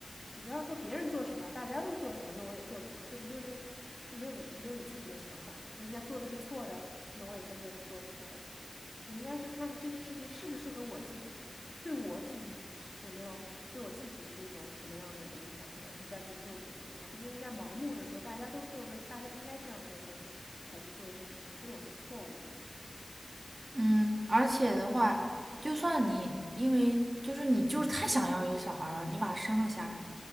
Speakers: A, on the left (about 30°); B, on the right (about 45°).
A: 你不要说别人做什么，大家都做什么，那我也做什么，这不就是没有没有你自己的想法吗？那人家做的是错的，那我也跟着做错的吗？我应该是看这件事情适不适合我自己，对我自己有没有对我自己是一种什么样的影响，或者你再去做决定，而不是应该盲目的说大家都做，那大家应该这样做再去才去做一件事情，这种是错误的，我觉得。
B: 嗯，而且的话，就算你因为就是你就是太想要一个小孩儿了，你把他生了下来，